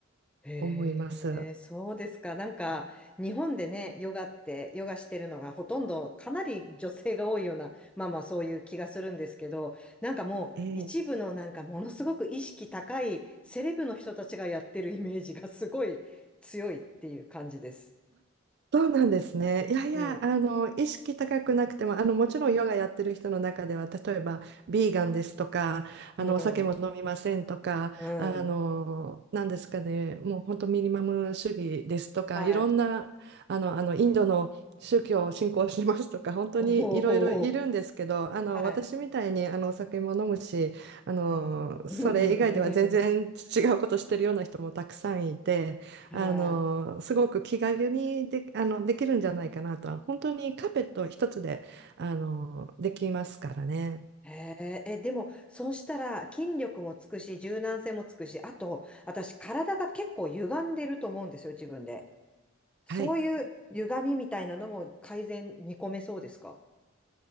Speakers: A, in the centre; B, on the right (about 50°).
A: へえ、
B: 思います。
A: そうですか。なんか、日本でね、ヨガって、ヨガしてるのがほとんど、かなり女性が多いような、まあまあそういう気がするんですけど、なんかもう、
B: ええ
A: 一部のなんか、ものすごく意識高いセレブの人たちがやってるイメージがすごい強いっていう感じです。
B: そうなんですね。いやいや、
A: うん。
B: あの、意識高くなくても、あの、もちろんヨガやってる人の中では、例えば、ビーガンですとか、あの、
A: うん。
B: お酒も飲みませんとか、
A: うん。
B: あの、なんですかね、もう本当ミニマム主義ですとか、
A: はい。
B: いろんな、あの、あの、インドの宗教を信仰しますとか、本当にいろいろいるんですけど、
A: おお。
B: あの、
A: はい。
B: 私みたいに、あの、お酒も飲むし、あの、
A: うん
B: それ以外では全然違うことしてるような人もたくさんいて、
A: <laughs>
B: あのすごく気軽にで、
A: は
B: あのできるんじゃないかなとは本当にカーペット一つであのできますからね。
A: い。へえ、え、でも、そうしたら筋力もつくし、柔軟性もつくし、あと、私、体が結構歪んでると思うんですよ、自分で。そういう歪みみたいなのも改善見込めそうですか
B: はい、